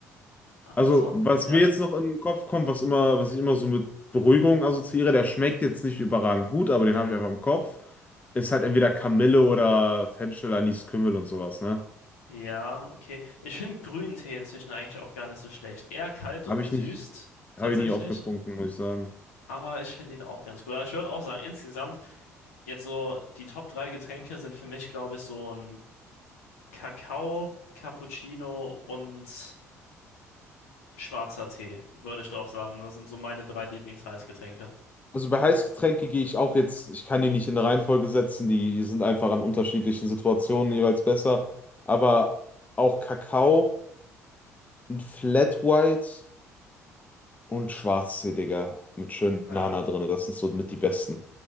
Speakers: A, on the left (about 75°); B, on the left (about 20°).
A: Aber
B: Also
A: Son,
B: was
A: ja.
B: mir jetzt noch in den Kopf kommt, was immer, was ich immer so mit Beruhigung assoziiere, der schmeckt jetzt nicht überragend gut, aber den habe ich einfach im Kopf, ist halt entweder Kamille oder Fenchel, Anis, Kümmel und sowas, ne?
A: Ja, okay. Ich finde grünen Tee inzwischen eigentlich auch gar nicht so schlecht. Eher kalt und
B: Habe
A: gesüßt,
B: ich nicht,
A: tatsächlich.
B: habe ich nie aufgetrunken, muss ich sagen.
A: Aber ich finde ihn auch ganz gut. Aber ich würde auch sagen, insgesamt, jetzt so die Top 3 Getränke sind für mich, glaube ich, so ein Kakao, Cappuccino und schwarzer Tee, würde ich doch sagen. Das sind so meine drei Lieblingsheißgetränke.
B: Also bei Heißgetränke gehe ich auch jetzt, ich kann die nicht in eine Reihenfolge setzen, die sind einfach an unterschiedlichen Situationen jeweils besser. Aber auch Kakao, ein Flat White und Schwarztee, Digga, mit schön
A: Ja,
B: Nana drin, das sind so mit die besten.